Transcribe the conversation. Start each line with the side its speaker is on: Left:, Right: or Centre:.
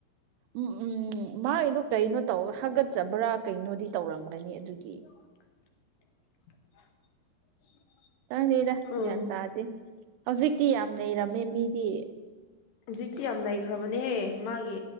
Right: ꯎꯝ ꯎꯝ ꯃꯥꯒꯤꯗꯣ ꯀꯩꯅꯣ ꯇꯧꯑꯦ ꯍꯥꯒꯠꯆꯕ꯭ꯔꯥ ꯀꯩꯅꯣꯗꯤ ꯇꯧꯔꯝꯒꯅꯤ ꯑꯗꯨꯒꯤ꯫
Left: <unintelligible>
Right: ꯈꯪꯗꯦꯗ
Left: ꯎꯝ
Right: ꯒ꯭ꯌꯥꯟ ꯇꯥꯗꯦ ꯍꯧꯖꯤꯛꯇꯤ ꯌꯥꯝ ꯅꯩꯔꯝꯃꯦ ꯃꯤꯗꯤ꯫
Left: ꯍꯧꯖꯤꯛꯇꯤ ꯌꯥꯝ ꯅꯩꯈ꯭ꯔꯕꯅꯦꯍꯦ ꯃꯥꯒꯤ